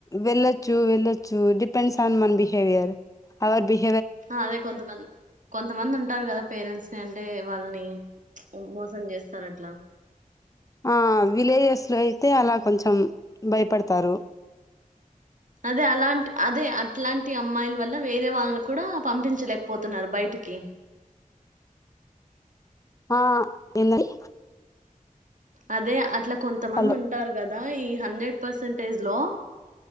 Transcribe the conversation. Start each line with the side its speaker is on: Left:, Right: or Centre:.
Left: వెళ్ళొచ్చు వెళ్ళొచ్చు డిపెండ్స్ ఆన్ మన్ బిహేవియర్ అవర్ బిహే
Right: అదే కొంతమంది కొంతమంది ఉంటారు కదా పేరెంట్స్ ని అంటే వాళ్ళని మోసం చేస్తారు అట్లా
Left: ఆ విలేజెస్ లో అయితే అలా కొంచెం భయపడతారు
Right: అదే అలాంటి అదే అట్లాంటి అమ్మాయిల వల్ల వేరే వాళ్ళు కూడా పంపించలేకపోతున్నారు బయటికి
Left: ఆ ఏంది అండి
Right: అదే అట్లా కొంతమంది
Left: హలో
Right: ఉంటారు కదా ఈ హండ్రెడ్ పర్సంటేజ్ లో